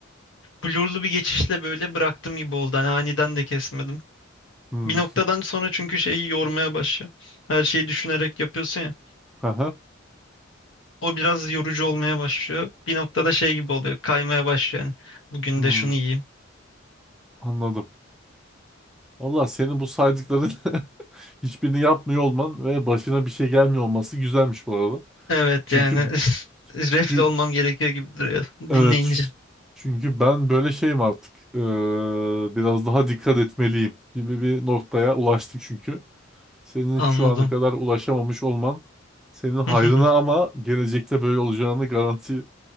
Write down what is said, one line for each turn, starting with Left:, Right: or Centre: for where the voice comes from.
Left: Blurlu bir geçişle böyle bıraktım gibi oldu. Hani aniden de kesmedim.
Centre: Hmm.
Left: Bir noktadan sonra çünkü şeyi yormaya başlıyor. Her şeyi düşünerek yapıyorsun ya.
Centre: Aha.
Left: O biraz yorucu olmaya başlıyor. Bir noktada şey gibi oluyor. Kaymaya başlıyor yani. Bugün
Centre: Hmm.
Left: de şunu yiyeyim.
Centre: Anladım. Valla senin bu saydıkların <laughs> hiçbirini yapmıyor olman ve başına bir şey gelmiyor olması güzelmiş bu arada.
Left: Evet
Centre: Çünkü
Left: yani <laughs> refle
Centre: çünkü
Left: olmam gerekiyor gibi duruyor dinleyince.
Centre: Evet. ş- Çünkü ben böyle şeyim artık. eee, biraz daha dikkat etmeliyim gibi bir noktaya ulaştım çünkü. Senin
Left: Anladım.
Centre: şu ana kadar ulaşamamış olman senin hayrına
Left: <laughs>
Centre: ama gelecekte böyle olacağını garanti